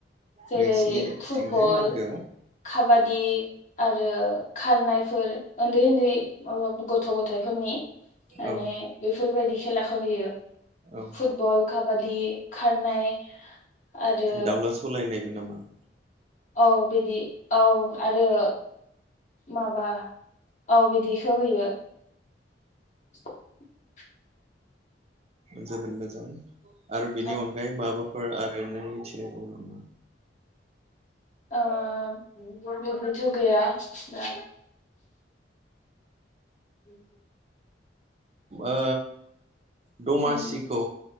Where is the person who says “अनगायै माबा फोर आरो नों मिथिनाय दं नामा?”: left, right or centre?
Right